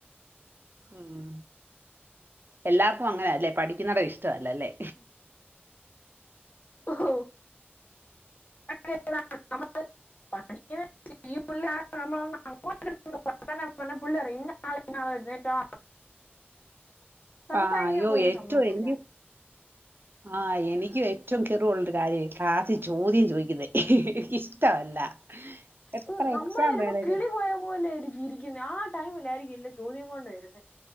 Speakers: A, on the right; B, on the left.
A: ഉം എല്ലാർക്കും അങ്ങനാല്ലേ പഠിക്കുന്നാടം ഇഷ്ടല്ലല്ലേ
B: ഓഹോ <unintelligible> ഈ പുള്ളി ആഹ് നമ്മൾ ഒന്ന് അങ്ങോട്ട് <unintelligible> വർത്താനം പറഞ്ഞ പുള്ളി അറിയും ഇന്നാ ആള് ഇന്നാ ആള് എഴുന്നേറ്റോ സംസാരിക്കാൻ
A: ആഹ് അയ്യോ
B: പോലും
A: ഏറ്റവും
B: സമ്മതിക്കൂല്ല
A: എൻഡി ആഹ് എനിക്കും ഏറ്റവും കെറിവുള്ളരു കാര്യമായി ക്ലാസി ചോദ്യം ചോദിക്കുന്ന എനിക്കിഷ്ടമല്ല. എത്ര
B: രു ഹ് നമ്മളെലപ്പോ
A: എക്സാം വേണേലും
B: കിളി പോയ പോലൊയിരിക്കും ഇരിക്കുന്ന ആ ടൈമിലായിരിക്കു ഇല്ല ചോദ്യം കൊണ്ട് വരുന്നേ.